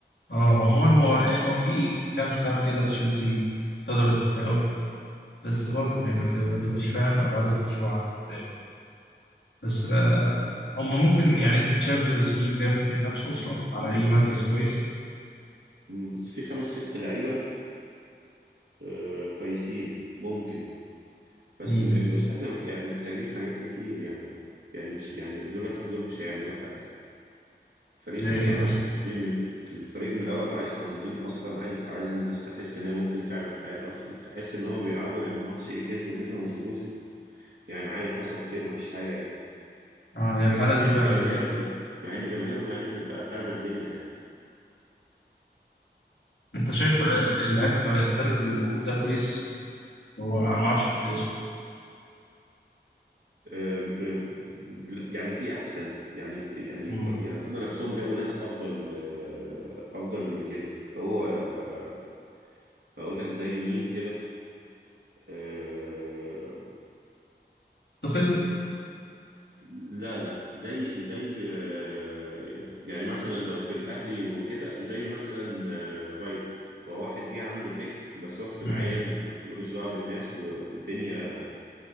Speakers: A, on the left (about 80°); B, on the right (about 80°).
A: اه عموما هو يعني هو في كام خامه كده في تشيلسي تقدر التفاؤل بس برضه يعني ما تب- ما تبقاش فاهم ابعاد المشروع عامل ازاي بس آه، هم ممكن يعني انت شايف السيزون الجاي ممكن ينافسوا اصلا على اي مركز كويس
B: مم. بس في خمس ست لعيبة آه كويسين ممكن بس
A: مين
B: م... بس احنا م- يعني محتاجين حاجات كتير يعني يعني مش يعني دولت لوحدهم مش هيعملوا حاجة الفريق
A: زي ايه
B: اصلا
A: مثلا
B: عايز تنظيم من الفريق من الاول عايز تنظيم اصلا عايز عايز الناس تحس ان هي ممكن تعمل حاجة اصلا تحس ان هما بيلعبوا يعني الماتش ايه كسبوا كسبوا ما كسبوش يعني عادي حصل خير ما فيش حاجة يعني
A: اه هي الحالة دي
B: مع
A: فعلا
B: ان جماهيرهم
A: سيئة
B: مع ان جماهيرهم يعني بتبقى خاربة الدنيا يعني
A: انت شايف آه، اللاعب المدرب الموجود ده كويس هو أنا ما اعرفش حتى اسمه
B: أم- أم- لا، يعني في احسن يعني في يعني
A: مم.
B: هو- يعني هم نفسهم جابوا ناس افضل آه، افضل من كده هو آه، هقول لك زي مين كده آه،
A: تخل
B: لا لا زي زي آه، يعني مثلا لو في الاهلي وكده زي مثلا آه، فايلر هو واحد جه عنده فكر بس هو اجتماعيا
A: مم.
B: ملوش دعوه بالناس والدنيا